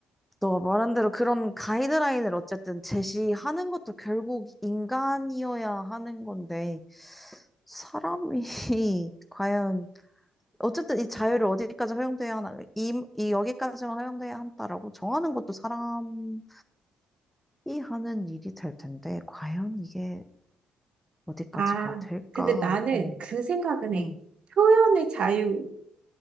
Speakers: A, in the centre; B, on the right (about 50°).
A: 너 말한 대로 그런 가이드라인을 어쨌든 제시하는 것도 결국 인간이어야 하는 건데, 사람이 <laughs> 과연 어쨌든 이 자유를 어디까지 허용돼야 하나, 이, 이 여기까지만 허용돼야 한다라고 정하는 것도 사람이 하는 일이 될 텐데, 과연 이게 어디까지가
B: 아,
A: 될까?
B: 근데 나는
A: 어,
B: 그 생각은 해.
A: 응,
B: 표현의 자유도